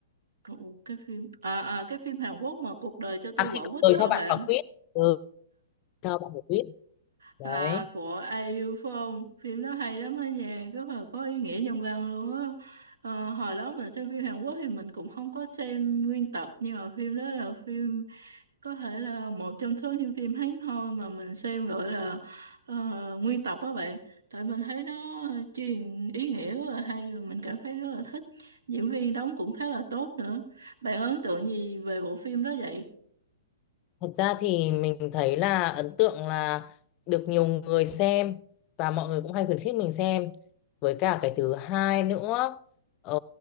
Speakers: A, on the right; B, on the left.
A: cậu- cái phim à, à cái phim Hàn Quốc mà cuộc đời cho tôi
B: À
A: quả
B: khi cậu-
A: quýt
B: tôi
A: đó hả
B: cho bạn
A: bạn
B: quả quýt. Ừ, cho bạn quả quýt. Đấy.
A: À, của Ai Yêu Phong phim đó hay lắm á nha rất là có ý nghĩa nhân văn luôn á Ờ, hồi đó mình xem phim Hàn Quốc thì mình cũng không có xem nguyên tập nhưng mà phim đó là phim có thể là một trong số những phim hiếm hoi mà mình xem gọi là ờ, nguyên tập á bạn tại mình thấy nó truyền ý nghĩa rất là hay và mình cảm thấy rất là thích diễn viên đóng cũng khá là tốt nữa bạn ấn tượng gì về bộ phim đó vậy
B: Thật ra thì mình thấy là ấn tượng là được nhiều người xem và mọi người cũng hay khuyến khích mình xem. Với cả cái thứ hai nữa, ờ,